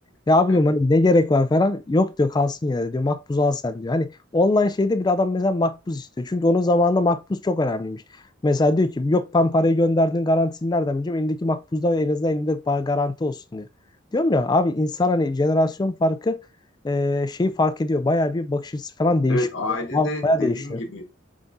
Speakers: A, on the left; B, on the left.
A: Ya
B: <laughs>
A: abi diyorum hani ne gerek var falan. Yok diyor kalsın yine de diyor. Makbuzu al sen diyor. Hani online şeyde bir adam mesela makbuz istiyor. Çünkü onun zamanında makbuz çok önemliymiş. Mesela diyor ki yok ben parayı gönderdiğin garantisini nereden bileceğim? Elindeki makbuzda en azından elinde ba- garanti olsun diyor. Diyorum ya abi insan hani jenerasyon farkı e, şeyi fark ediyor. Bayağı bir bakış açısı falan değişiyor.
B: evet ailede
A: Ba- Bayağı
B: dediğin
A: değişiyor.
B: gibi